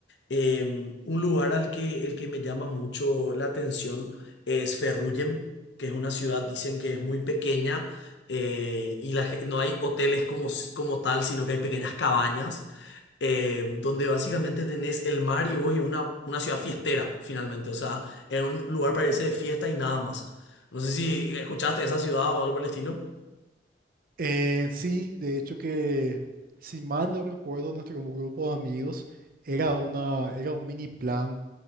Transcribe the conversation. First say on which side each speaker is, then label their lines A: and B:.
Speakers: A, on the left; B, on the right.
A: Eh, un lugar al que, el que me llama mucho la atención es Ferrugem, que es una ciudad, dicen que es muy pequeña. eh, y la ge- no hay hoteles como, s- como tal, sino que hay pequeñas cabañas eh, donde básicamente tenés el mar y vos y una, una ciudad fiestera, finalmente. O sea, es un lugar para irse de fiesta y nada más. No sé si escuchaste de esa ciudad o algo por el estilo.
B: Eh, sí, de hecho que, si mal no recuerdo, nuestro grupo de amigos era una, era un mini plan,